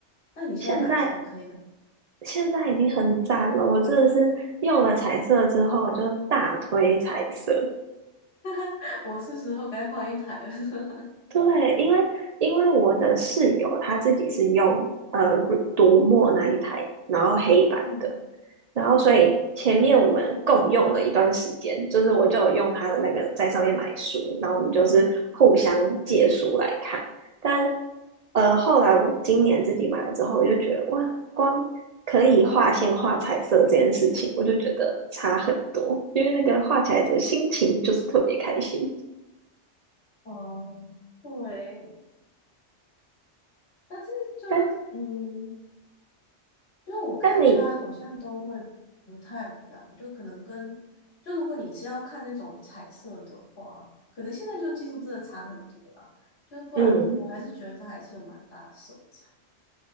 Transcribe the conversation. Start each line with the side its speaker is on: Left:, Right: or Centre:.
Left: 那你现在买的是
Right: 现在
Left: OK 的，
Right: 现在已经很赞了。我真的是用了彩色之后，我就大推彩色。
Left: <laughs> 我是时候该换一台了。<laughs>
Right: 对，因为因为我的室友他自己是用呃读墨那一台，然后黑板的。
Left: 嗯
Right: 然后所以前面我们共用了一段时间，就是我就有用他的那个在上面买书，然后我们就是互相借书来看。但呃，后来我今年自己买了之后，我就觉得哇，光可以画线、画彩色这件事情，我就觉得差很多，因为那个画起来的心情就是特别开心。
Left: 哦，对，但是就是嗯，
Right: 但
Left: 因为我看它好像都会不太一样，
Right: 但你，
Left: 就可能跟就如果你是要看那种彩色的话，可能现在就技术真的差很多啦，就是不然我还是觉得它还是有蛮大的色差。
Right: 嗯，